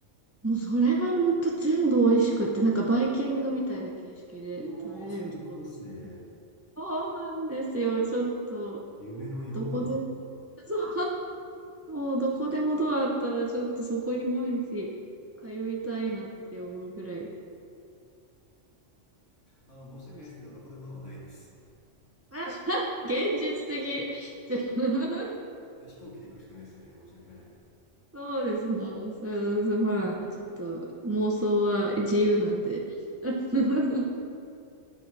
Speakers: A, on the right; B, on the left.
A: もうそれがほんと全部美味しくって、なんかバイキングみたいな形式で食べれるところでした。
B: うおー、最高っすね。
A: そうなんですよ。ちょっと、
B: 夢のようだ。
A: どこで、<laughs> そう、もうどこでもドアあったら、ちょっとそこに毎日通いたいなって思うぐらい
B: あの、申し訳ないですけど、
A: 美味しい。
B: どこでもドアないです。
A: あ <laughs> 現実的。ちょ <laughs>
B: 飛行機で行くしかないですね。申し訳ない。
A: そうですね。そうそう、まあ、ちょっと妄想は自由なんで。<laughs>